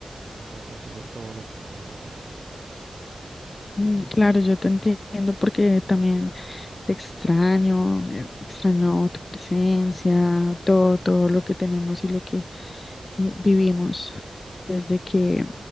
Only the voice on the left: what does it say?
Mm, Claro, yo te entiendo porque también te extraño, eh, extraño tu presencia, todo, todo lo que tenemos y lo que eh, vivimos desde que